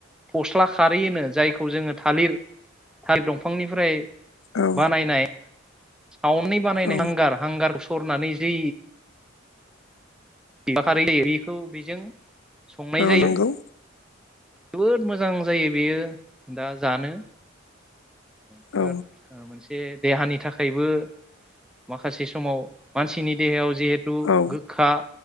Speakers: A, in the centre; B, on the left.
A: फस्ला खारै होनो जायखौ जोङो थालिर थालिर दंफांनिफ्राय
B: औ
A: बानायनाय सावनानै बानायनाय
B: औ
A: हांगार हांगारखौ सरनानै जि बा खारै जायो बेखौ बेजों संनाय
B: औ
A: जायो
B: नंगौ
A: जोबोद मोजां जायो बेयो दा जानो बिराद
B: औ
A: मोनसे बे देहानि थाखायबो माखासे समाव मानसिनि देहायाव जिहेथु
B: औ
A: गोखा